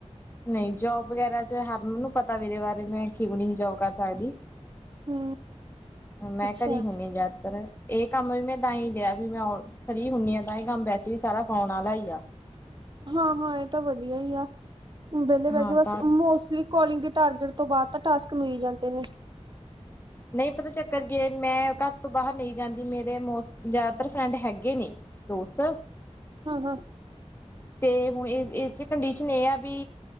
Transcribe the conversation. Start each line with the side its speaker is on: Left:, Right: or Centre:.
Left: ਨਹੀਂ ਜੋਬ ਵਗੈਰਾ ਚ ਹਰ ਮੈਨੂੰ ਪਤਾ ਮੇਰੇ ਬਾਰੇ ਮੈਂ ਕਿ ਨਹੀਂ ਜੋਬ ਕਰ ਸਕਦੀ।
Right: ਹਮ
Left: ਮੈਂ
Right: ਅੱਛਾ
Left: ਘਰ ਹੋਣੀ ਆ ਜ਼ਿਆਦਾਤਰ। ਇਹ ਕੰਮ ਵੀ ਮੈਂ ਤਾਂ ਹੀ ਲਿਆ ਵੀ ਮੈਂ ਫਰੀ ਹੁੰਨੀ ਆ ਤਾਂ ਇਹ ਕੰਮ ਵੈਸੇ ਵੀ ਸਾਰਾ ਫੋਨ ਆਲਾ ਹੀ ਆ।
Right: ਹਾਂ-ਹਾਂ ਇਹ ਤਾਂ ਵਧੀਆ ਹੀ ਆ, ਹੁਣ ਵਿਹਲੇ ਬਹਿ
Left: ਹਾਂ
Right: ਕੇ ਬਸ
Left: ਤਾਂ
Right: ਮੋਸਟਲੀ ਕੌਲਿੰਗ ਦੇ ਟਾਰਗੇਟ ਤੋਂ ਬਾਅਦ ਤਾਂ ਟਾਸਕ ਮਿਲ ਹੀ ਜਾਂਦੇ ਨੇ।
Left: ਨਹੀਂ ਪਤਾ ਚੱਕਰ ਕੀ ਆ ਮੈਂ ਘਰ ਤੋਂ ਬਾਹਰ ਨਹੀਂ ਜਾਂਦੀ ਮੇਰੇ ਮੋਸ ਜ਼ਿਆਦਾਤਰ ਫਰੈਂਡ ਹੈਗੇ ਨੇ। ਦੋਸਤ
Right: ਹਾਂ-ਹਾਂ।
Left: ਤੇ ਇਸ 'ਚ ਕੰਡੀਸ਼ਨ ਇਹ ਆ ਵੀ